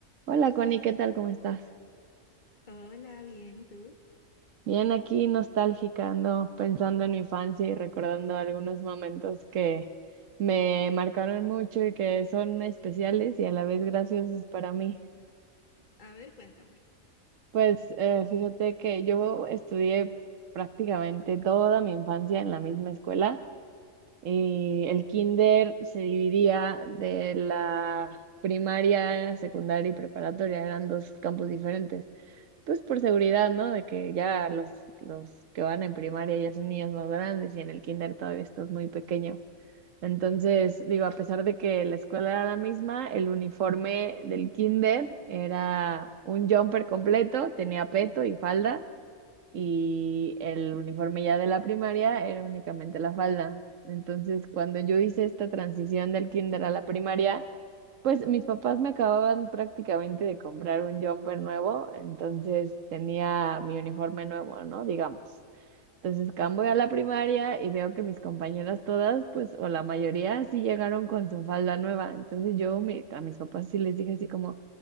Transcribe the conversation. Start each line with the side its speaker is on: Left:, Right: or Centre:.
Right: Hola Connie, ¿qué tal? ¿Cómo estás?
Left: Hola, bien, ¿y tú?
Right: Bien, aquí nostálgica, ando pensando en mi infancia y recordando algunos momentos que me marcaron mucho y que son especiales y a la vez graciosos para mí.
Left: A ver, cuéntame.
Right: Pues eh, fíjate que yo estudié prácticamente toda mi infancia en la misma escuela y el kinder se dividía de la primaria, secundaria y preparatoria, eran dos campus diferentes. Pues por seguridad, ¿no? De que ya los, los que van en primaria ya son niños más grandes y en el kinder todavía estás muy pequeño. Entonces, digo, a pesar de que la escuela era la misma, el uniforme del kinder era un jumper completo, tenía peto y falda, y el uniforme ya de la primaria era únicamente la falda. Entonces, cuando yo hice esta transición del kinder a la primaria, pues mis papás me acababan prácticamente de comprar un jumper nuevo, entonces tenía mi uniforme nuevo, ¿no? Digamos. Entonces, cam, voy a la primaria y veo que mis compañeras todas, pues, o la mayoría, sí llegaron con su falda nueva. Entonces yo mi- a mis papás sí les dije así como,